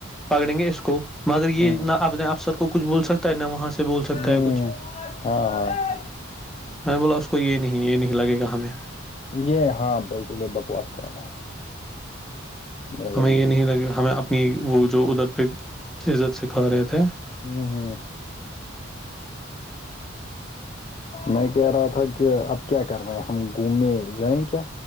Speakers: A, in the centre; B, on the left.
A: پکڑیں گے اس کو مگر یہ
B: ہ
A: نہ اپنے افسر کو کچھ بول سکتا ہے نہ وہاں سے بول
B: ہ
A: کچھ
B: ہاں ہاں
A: میں بولا اس کو یہ نہیں یہ نہیں لگے گا ہمیں
B: یہ ہاں بالکل یہ بکواس کام ہے نہیں لگے
A: ہمیں یہ
B: گی
A: نہیں لگا ہمیں اپنی وہ جو ادر پہ عزت سکھھا رہے تھے
B: ھمم ھمم میں کہہ رہا تھا کہ اب کیا کر رہے ہیں ہم گھومنے جائیں کیا